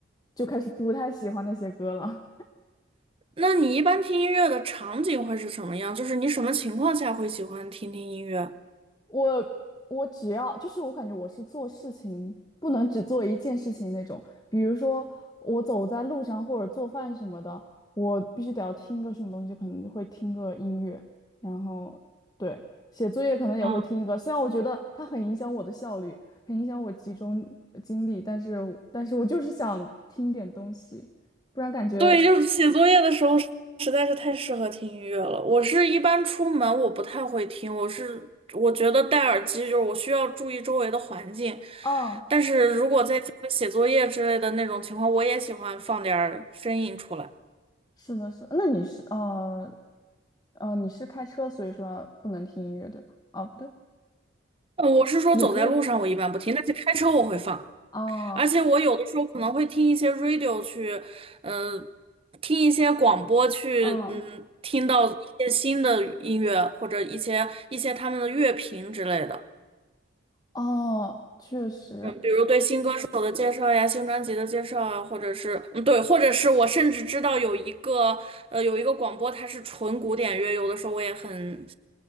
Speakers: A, on the left (about 20°); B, on the right (about 30°).
A: 就开始不太喜欢那些歌了。
B: 那你一般听音乐的场景会是什么样？就是你什么情况下会喜欢听听音乐？
A: 我我只要就是我感觉我是做事情不能只做一件事情那种，比如说我走在路上或者做饭什么的，我必须得要听个什么东西，可能就会听个音乐，然后对，写作业可能也会听一个，
B: 啊。
A: 虽然我觉得它很影响我的效率，很影响我集中精力，但是但是我就是想听点东西，不然感觉
B: 对，就是写作业的时候实在是太适合听音乐了。我是一般出门我不太会听，我是我觉得戴耳机就是我需要注意周围的环境，
A: 哦，
B: 但是如果在家里写作业之类的那种情况，我也喜欢放点儿声音出来。
A: 是的是，那你是呃呃你是开车，所以说不能听音乐对吧？啊，不对。
B: 呃我是说走在路上我一般不听，
A: 也可以
B: 但是开车我会放。
A: 啊，
B: 而且我有的时候可能会听一些 radio 去，嗯、听一些广播去，
A: 嗯，
B: 嗯，听到一些新的音乐或者一些一些他们的乐评之类的，
A: 哦，确实，
B: 嗯，比如对新歌手的介绍呀、新专辑的介绍啊，或者是，嗯，对，或者是我甚至知道有一个，呃，有一个广播它是纯古典乐，有的时候我也很，